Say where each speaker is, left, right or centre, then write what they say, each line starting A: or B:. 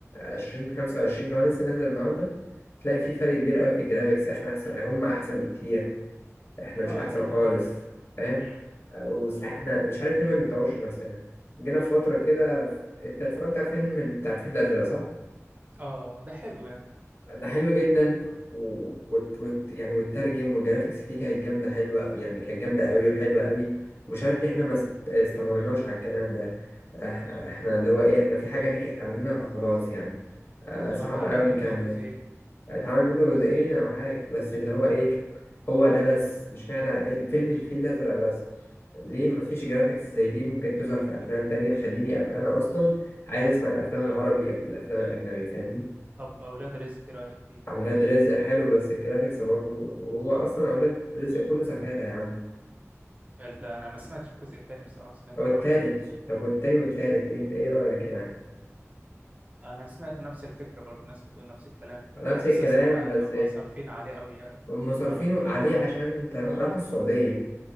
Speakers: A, on the left; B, on the right.
A: 2025 اللي هو لسه نازل النهارده تلاقي في فرق كبير قوي في الجرافيكس احنا احسن هم احسن بكتير احنا مش
B: اه
A: احسن
B: اكيد
A: خالص
B: اه
A: فاهم
B: امم
A: واحنا مش عارف ليه ما بنطورش نفسنا جينا في فتره كده انت اتفرجت على فيلم بتاع الفيل الازرق صح
B: اه ده حلو يعني
A: ده حلو جدا و... وت... وت... يعني والترجم والجرافيكس فيه كانت جامده حلوه يعني كانت جامده قوي وحلوه قوي ومش عارف ليه
B: امم
A: احنا ما است- استمرناش على الكلام ده إح- احنا اللي هو ايه احنا في حاجه نكحت عندنا فخلاص يعني آه صعب
B: ما هو اتعمل
A: قوي
B: منه
A: نكمل
B: جزئين
A: اتعمل
B: اتعمل
A: منه
B: منه جزئين
A: جزئين انا معاك بس اللي هو ايه هو ده بس مش معنى الفيلم الفيل الازرق بس ليه مفيش جرافيكس زي دي ممكن تظهر في افلام تانية تخليني ابقى انا اصلا عايز اسمع الافلام
B: امم
A: العربي قبل الافلام الاجنبي فاهمني
B: طب اولاد رزق ايه رايك فيه
A: اولاد رزق حلو بس الجرافيكس برضه وهو اصلا اولاد رزق كله سفالة يا عم
B: لا انا ما سمعتش الجزء الثاني بصراحه سمعت
A: او
B: الاولاني
A: التالت طب والتاني والتالت ايه ده؟ ايه رايك يعني
B: انا سمعت نفس الفكره برضه ناس بتقول نفس الكلام
A: نفس
B: بس
A: الكلام
B: اسمع بقى
A: بس
B: ان هم صارفين عليه قوي يعني
A: هم صارفينه
B: عربيات
A: عليه عشان
B: و...
A: انت راحوا السعودية